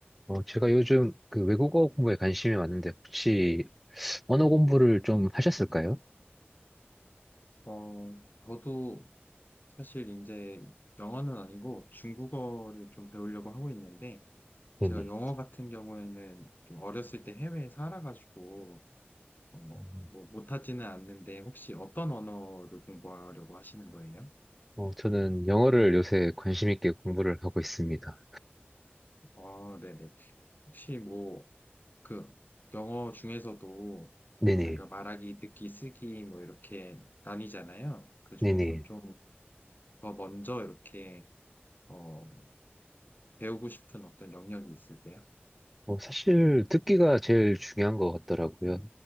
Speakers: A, in the centre; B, on the left.
A: 어, 제가 요즘 그 외국어 공부에 관심이 많은데 혹시 언어 공부를 좀 하셨을까요?
B: 어, 저도 사실 이제 영어는 아니고 중국어를 좀 배우려고 하고 있는데,
A: 네네.
B: 제가 영어 같은 경우에는 좀 어렸을 때 해외에 살아가지고, 어, 뭐
A: 음.
B: 못하지는 않는데, 혹시 어떤 언어를 공부하려고 하시는 거예요?
A: 어, 저는 영어를 요새 관심 있게 공부를 하고 있습니다.
B: 아, 네네. 혹시 뭐, 그, 영어 중에서도
A: 네네.
B: 저희가 말하기, 듣기, 쓰기, 뭐, 이렇게 나뉘잖아요. 그 중에서
A: 네네.
B: 좀 더 먼저 이렇게, 어, 배우고 싶은 어떤 영역이 있으세요?
A: 어, 사실 듣기가 제일 중요한 것 같더라고요.